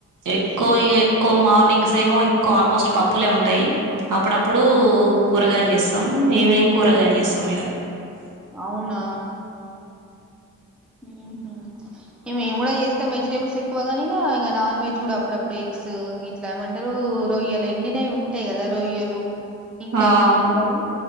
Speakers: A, on the right (about 60°); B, in the centre.
A: ఎక్కువ ఎక్కువ మార్నింగ్స్ ఏమో ఎక్కువ ఆల్మోస్ట్ పప్పులె ఉంటయి అప్పుడప్పుడు
B: ఉమ్.
A: కూరగాయలు చేస్తం ఈవినింగ్ కూరగాయలు చేస్తం ఇగ
B: అవున ఊ హుమ్మ్ మేము కూడ చేస్తం వెజిటబుల్స్ ఎక్కువ గాని ఇగ నాన్ వెజ్ కూడ అప్పుడప్పుడు ఎగ్స్ ఇట్ల ఏమంటరు రొయ్యలు ఎండినవి ఉంటయి కద రొయ్యల్ లు ఇంక
A: ఆ
B: అవి
A: అవును
B: ఏమంటరు